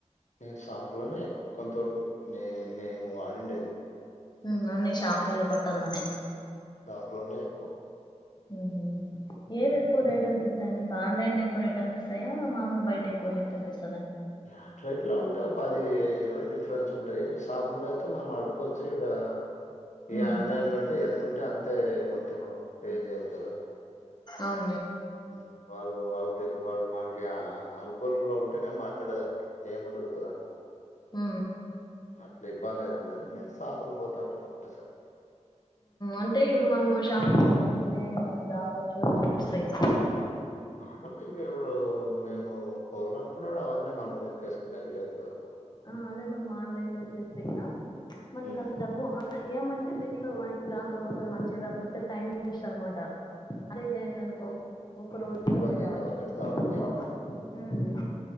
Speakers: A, on the left; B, on the left.
A: మ్ షాపులోనే ఎక్కువ్ కొంతవరకు నే మేము వాడిండేది
B: మ్ అన్ని షాపే బట్టల్లనే
A: షాప్లోనే ఎక్కువ
B: ఉమ్ హు ఏదెక్కువ రేట్ అనిపిస్తాయ్ మీక్ ఆన్లైన్ లో ఎక్కువ రేట్ అనిపిస్తాయా మామూల్ బైటెక్కువ రేట్ అనిపిస్
A: అట్లెట్ల ఉంటే ఓ పది ఇరవై డిఫరెన్స్ ఉంటాయి సాపుల్లో ఐతే మనం అడుక్కొచ్చిడ ఈ
B: ఉమ్
A: ఆన్లైన్లుంటే ఎన్తుంటే అంతే మొత్తము పే చేయ్యాల్ కదా
B: ఆవ్
A: హ్మ్. వాళ్ళు వాళ్ళు తెలుగు వాళ్ళు మన అ అనుకూలంలో ఉంటేనే మాట్లాడేదానికి ఏముండదు గదా
B: మ్
A: ఇట్ల ఇబ్బంది అయితుందని మేము షాప్ పోతు ఉంటాము ఒకటెసారి
B: అంటే ఇప్పుడు మనము షాప్ పొన్యము అంటే మనకి దావ ఖర్చులు వస్తాయి
A: మారాము ఇంగ మేము పొలంకూడా అవని మనం లెక్కేసుకునేకి లేదు కదా
B: ఆ అదే మనం ఆన్లైన్ లో చేస్తేగినా మనక
A: హ్మ్.
B: అంత డబ్బు ఏమంటే దీంట్లో మనకి క్లాత్ ఒకసారి మంచిగా రాక పోతే టైం వేస్ట్ అనమాట అదే ఇదైందినుకో ఒక్క రోజులో
A: ఇబ్బంది
B: పోయి తేవొచ్చు
A: అవుతామని సావుకి
B: అవునా ఉమ్